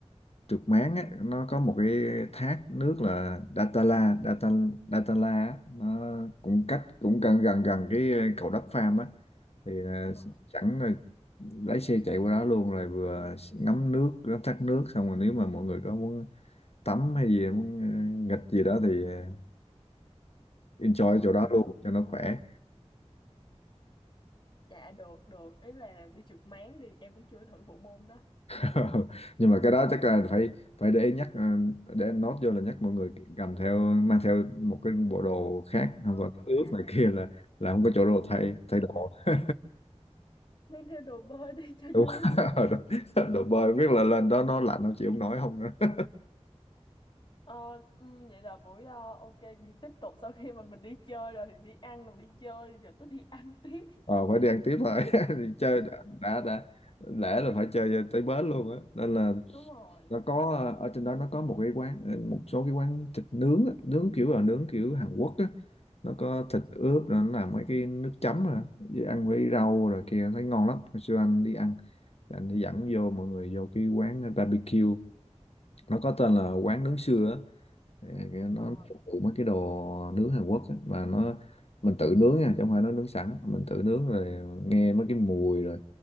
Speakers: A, on the left (about 60°); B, on the left (about 45°).
A: trượt máng á, nó có một cái thác nước là Datala Data, Datala á, nó cũng cách cũng gần gần gần cái ờ, cầu Đất Pham á thì à,
B: Ờ,
A: sẵn là lái xe chạy qua đó luôn rồi vừa ngắm nước ngắm thác nước xong rồi nếu mà mọi người có muốn tắm hay gì muốn ờ, nghịch gì đó thì ờ, enjoy ở chỗ đó luôn cho nó khỏe
B: dạ được được ý là đi trượt máng đi em cũng chưa thử bộ môn đó
A: <laughs> nhưng mà cái đó chắc là phải phải để ý nhắc ờ, để anh nốt vô là nhắc mọi người cầm theo mang theo một cái bộ đồ khác không
B: ờ
A: còn ướt
B: dạ
A: <laughs> này
B: dạ
A: kia là là không có chỗ đồ thay thay đồ <laughs>
B: mang theo đồ bơi đi cho
A: đúng
B: vui
A: <laughs> đồ bơi biết là lên đó nó lạnh không chịu không nổi không nữa <laughs>
B: Ờ, ừm, vậy là buổi ờ, ok vậy tiếp tục sau khi mà mình đi chơi rồi thì đi ăn rồi đi chơi giờ tôi đi ăn tiếp
A: ờ,
B: <laughs>
A: phải đi ăn tiếp rồi <laughs> Thì chơi đã, đã đã lẽ là phải chơi tới bến luôn á nên là
B: đúng rồi
A: nó có ờ, ở trên đó nó có một cái quán ờ, một số cái quán thịt nướng á, nướng kiểu là nướng kiểu Hàn Quốc á nó có thịt ướp rồi nó làm mấy cái nước chấm rồi đó. với ăn với rau rồi kia thấy ngon lắm hồi xưa anh đi ăn thì anh đi dẫn vô mọi người vô cái quán barbecue nó có tên là quán nướng sưa á Thì cái- nó
B: ờ
A: phục vụ mấy cái đồ nướng Hàn Quốc á mà nó mình tự nướng nha chứ không phải nó nướng sẵn mình tự nướng rồi nghe mấy cái mùi rồi